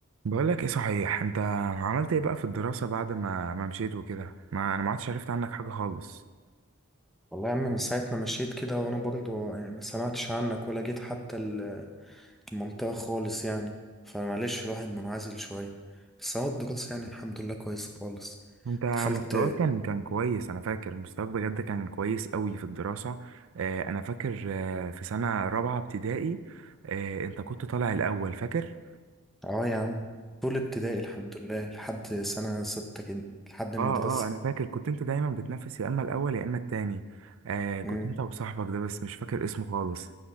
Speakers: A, on the right (about 60°); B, in the centre.
A: بقول لك ايه صحيح انت عملت ايه بقى في الدراسة بعد ما ما مشيت وكده ما انا ما عدتش عرفت عنك حاجة خالص
B: والله يا عم من ساعة ما مشيت كده وانا برضه يعني ما سمعتش عنك ولا جيت حتى ال- المنطقة خالص يعني فمعلش الواحد منعزل شوية بس هو الدراسة يعني الحمد لله كويس خالص
A: انت مستواك
B: دخلت
A: كان كان كويس انا فاكر مستواك بجد كان كويس قوي في الدراسة آه انا فاكر آه في سنة رابعة ابتدائي آه انت كنت طالع الاول فاكر
B: اه يا عم طول ابتدائي الحمد لله لحد سنة ستة كده لحد المدرسة
A: اه اه انا فاكر كنت انت دايما بتنافس يا اما الاول يا اما التاني آه كنت
B: مم.
A: انت وصاحبك ده بس مش فاكر اسمه خالص